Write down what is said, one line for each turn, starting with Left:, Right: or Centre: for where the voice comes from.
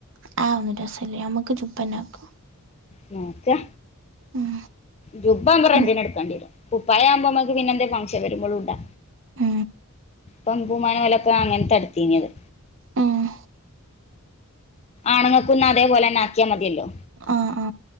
Right: ആ ഒന്ന് രസല്ല്യ നമ്മുക്ക് ജുബ്ബനാക്കാ
Left: നോക്കാ
Right: ഉം
Left: ജുബ്ബാവുബോ റണ്ടിന്
Right: ഉം
Left: എടുക്കണ്ടി വരും കുപ്പയാവുബോ മ്മക്ക് പിന്നെ എന്തേ ഫങ്ഷൻ വരുമ്പോഴും ഇടാ
Right: ആ
Left: പമ്പൂമാന പോലൊക്കെ അങ്ങനെത്തെടുത്തീനത്
Right: ആഹ്
Left: ആണുങ്ങൾക്കുന്ന അതേപോലെന്നെ ആക്കിയാൽ മതിയല്ലോ
Right: ആ ആ